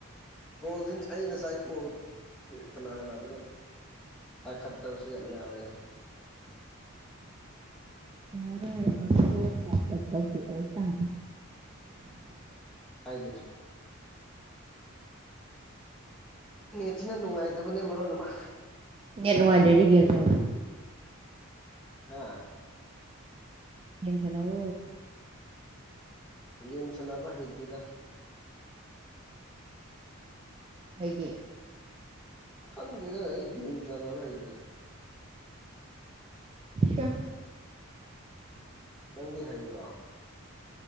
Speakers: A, in the centre; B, on the right (about 25°).
A: ꯀꯣꯜꯗꯤ ꯑꯩ ꯉꯁꯥꯏ ꯀꯣꯜ ꯀꯅꯥ ꯀꯅꯥꯗꯣ ꯄꯥꯏꯈꯠꯇꯕꯁꯨ ꯌꯥꯝ ꯌꯥꯎꯋꯦ
B: ꯇꯔ ꯐꯇ ꯇ
A: ꯑꯔ ꯅꯦꯠꯁꯤꯅ ꯅꯨꯡꯉꯥꯏꯇꯕꯅꯦ ꯃꯔꯣꯟ ꯑꯃ
B: ꯌꯦꯅꯨꯡꯦꯔꯤꯒꯦꯝ ꯁꯥ
A: ꯑꯥ
B: ꯍꯦꯝꯁꯤꯅꯎ
A: ꯒꯦꯝ ꯁꯥꯟꯅꯕ ꯍꯩꯇꯦꯗ
B: ꯑꯩꯒꯤ
A: ꯈꯪꯗꯦꯗ ꯑꯩ ꯒꯦꯝ ꯁꯥꯟꯅꯕ ꯍꯩꯇꯦ
B: ꯑ
A: ꯅꯪꯗꯤ ꯍꯩꯕ꯭ꯔꯣ